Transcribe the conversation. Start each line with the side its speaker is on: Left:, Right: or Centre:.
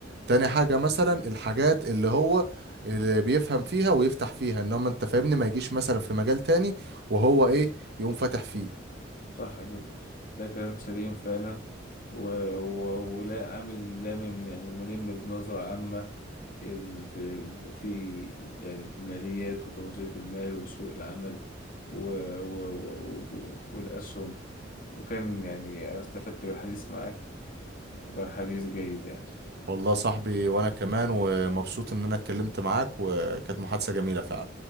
Right: تاني حاجة مثلا الحاجات اللي هو اللي بيفهم فيها ويفتح فيها انما انت فاهمني ما يجيش مثلا في مجال تاني وهو ايه يقوم فاتح فيه
Left: صح كده ده كلام سليم فعلا و... و... ولا عامل لامم يعني ملم بنظرة عامة ال... في... في يعني في الماليات وتوظيف المال وسوق العمل و... و... و... والأسهم وكان يعني أنا استفدت بالحديث معك وكان حديث جيد يعني
Right: والله يا صاحبي وانا كمان ومبسوط ان انا اتكلمت معاك وكانت محادثة جميلة فعلا